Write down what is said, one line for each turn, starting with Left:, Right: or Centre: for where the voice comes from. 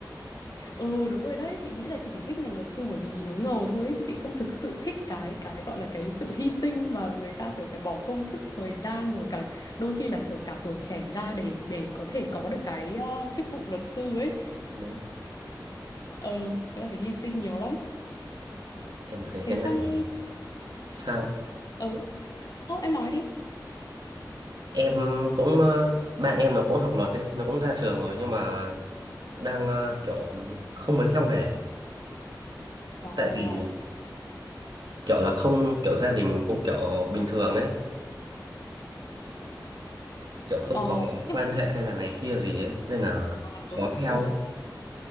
Left: Ừ, đúng rồi đấy, chị nghĩ là chị chỉ thích ngành luật sư bởi vì nhìn nó ngầu thôi ấy, chứ chị không thực sự thích cái cái gọi là cái sự hy sinh mà người ta phải phải bỏ công sức thời gian rồi cả đôi khi là kiểu cả tuổi trẻ ra để để có thể có được cái ờ, chức vụ luật sư ấy.
Right: đúng không
Left: Ờ, người ta phải hy sinh nhiều lắm.
Right: em thấy
Left: Thế
Right: cái ngành
Left: trong
Right: này sao
Left: ừ, không em nói đi.
Right: em cũng ờ, bạn em nó cũng học luật đấy nó cũng ra trường rồi nhưng mà đang ờ, kiểu không muốn theo nghề
Left: Ồ,
Right: tại vì kiểu là không kiểu gia đình cũng kiểu bình thường ấy kiểu không
Left: ồ
Right: có
Left: nhưng
Right: quan hệ hay là này kia gì ấy nên là
Left: mà
Right: khó
Left: ừ,
Right: theo
Left: đúng
Right: ấy